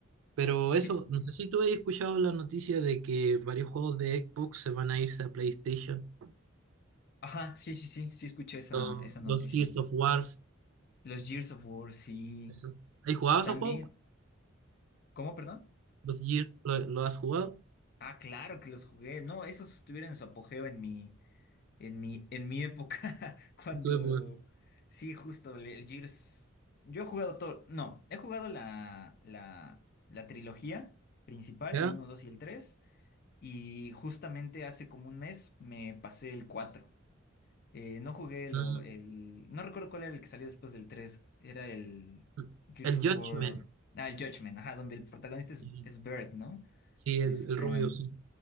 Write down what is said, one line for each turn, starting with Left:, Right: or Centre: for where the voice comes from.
Right: pero eso,
Left: Sí.
Right: no sé si tú has escuchado la noticia de que varios juegos de Xbox se van a irse a PlayStation.
Left: Ajá, sí, sí, sí, sí escuché esa,
Right: Lo-
Left: esa noticia.
Right: Los Gears of War.
Left: Los Gears of War, sí.
Right: eso. ¿Has jugado
Left: También.
Right: esos juegos?
Left: ¿Cómo, perdón?
Right: ¿Los Gears lo, lo has jugado?
Left: Ah, claro que los jugué. No, esos estuvieron en su apogeo en mi, en mi, en mi época. <laughs> Cuando.
Right: Tú, pues,
Left: Sí, justo, el, el Gears. Yo he jugado todo. No, he jugado la, la, la trilogía principal,
Right: ¿Ya?
Left: el uno 2 y el tres Y justamente hace como un mes me pasé el cuatro Eh, no jugué lo,
Right: Mm,
Left: el... No recuerdo cuál era el que salió después del tres Era el
Right: mm,
Left: Gears
Right: El
Left: of
Right: Judgment.
Left: War... Ah, el Judgment, ajá, donde el protagonista es,
Right: Sí,
Left: es Barrett, ¿no?
Right: Sí, el,
Left: Este,
Right: el rubio, sí.